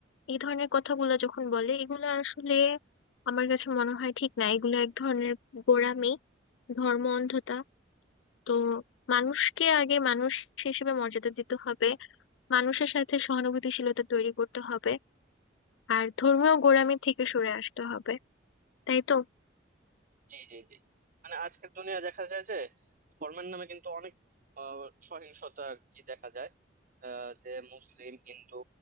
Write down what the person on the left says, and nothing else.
এই ধরনের কথাগুলো যখন বলে এগুলো আসলে আমার কাছে মনে হয় ঠিক না এগুলো এক ধরনের গোঁড়ামি ধর্ম অন্ধতা তো মানুষকে আগে মানুষ হিসেবে মর্যাদা দিতে হবে মানুষের সাথে সহানুভূতিশীলতা তৈরি করতে হবে আর ধর্মীয় গোঁড়ামি থেকে সরে আসতে হবে তাই তো